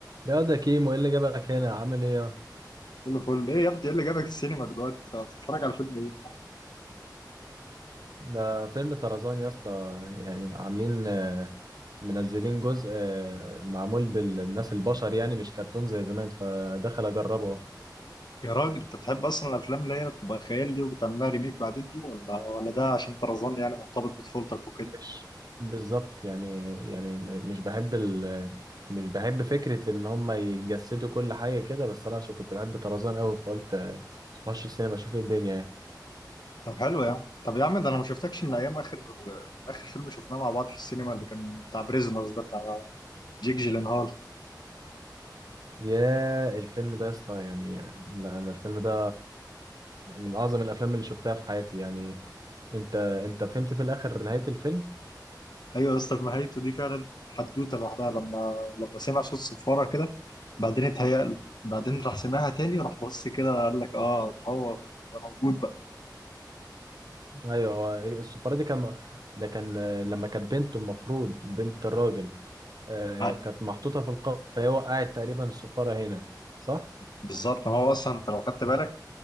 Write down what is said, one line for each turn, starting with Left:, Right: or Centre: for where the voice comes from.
Right: لا ده كيمو ايه اللي جابك هنا عامل ايه يا-
Left: كله فل ايه يا ابني ايه اللي جابك السينما دلوقتي انت بتتفرج على فيلم ايه
Right: ده فيلم طرزان يا اسطى يعني عاملين آه، منزلين جزء آه، معمول بالناس البشر يعني مش كرتون زي زمان فدخل اجربه أهو.
Left: يا راجل انت بتحب اصلا الافلام اللي هي بتبقى خيال دي وبتعملها ريميك بعدين دي ولا ولا ده عشان طرزان يعني مرتبط بطفولتك وكده
Right: مش بالظبط يعني يعني م- مش بحب ال مش بحب فكرة ان هم يجسدوا كل حاجة كده بس انا عشان كنت بحب طرزان قوي فقلت آه، اخش السينما اشوف ايه الدنيا يعني
Left: طب حلو يا عم طب يا عم ده انا ما شفتكش من ايام اخر اخر فيلم شفناه مع بعض في السينما اللي كان بتاع بريزنرز ده بتاع جيك جيلنهال
Right: يا الفيلم ده يا اسطى يعني لا انا الفيلم ده من اعظم الافلام اللي شفتها في حياتي يعني انت انت فهمت في الاخر نهاية الفيلم
Left: ايوه يا اسطى في نهايته دي فعلا حدوته لوحدها لما لما سمع صوت صفاره كده بعدين اتهيأ له بعدين راح سمعها تاني راح بص كده قال لك اه ده هو ده موجود بقى
Right: ايوه هو السفارة دي كان ده كان آه، لما كانت بنته المفروض بنت الراجل آه،
Left: ع-
Right: كانت محطوطة في القبر فهي وقعت تقريبا السفارة هنا صح
Left: بالظبط ما هو اصلا انت لو خدت بالك